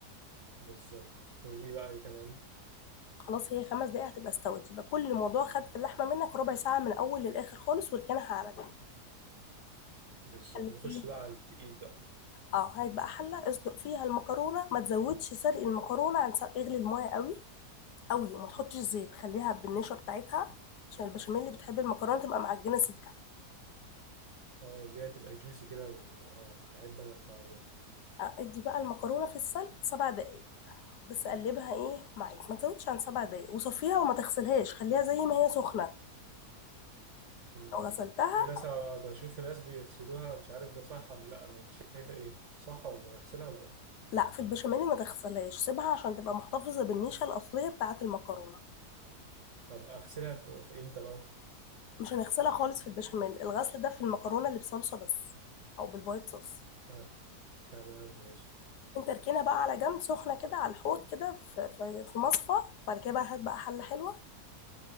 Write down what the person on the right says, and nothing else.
بالظبط ودي بقى ايه كمان
بالظبط
نخش بقى على التقيل بقى
اه اللي هي تبقى جوسي كده و... اه بحب انا الحوار ده
مم.
في ناس آه، بشوف ناس بيغسلوها مش عارف ده صح ولا لا هو انت شايفة ايه صح ولا اغسلها ولا لا
طب اغسلها في في امتى بقى
آه. تمام ماشي